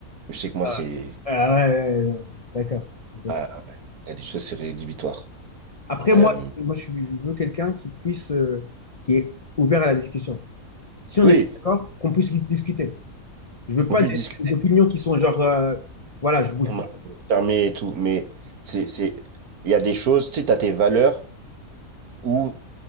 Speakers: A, on the right (about 75°); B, on the left (about 40°).
A: Je sais que moi,
B: Ah,
A: c'est...
B: Ah ouais, ouais, ouais, ouais. d'accord. d'accord.
A: Ah, ben, il y a des choses, c'est rédhibitoire.
B: Après,
A: Euh,
B: moi, moi je, suis- je veux quelqu'un qui puisse, euh, qui est ouvert à la discussion. Si on
A: oui,
B: n'est pas d'accord, qu'on puisse discuter. Je veux
A: on
B: pas
A: puisse
B: des,
A: discuter,
B: des opinions qui sont genre, euh, voilà, je bouge
A: on m'a
B: pas.
A: fermé et tout, mais c'est... c'est- Il y a des choses, tu sais, t'as tes valeurs, où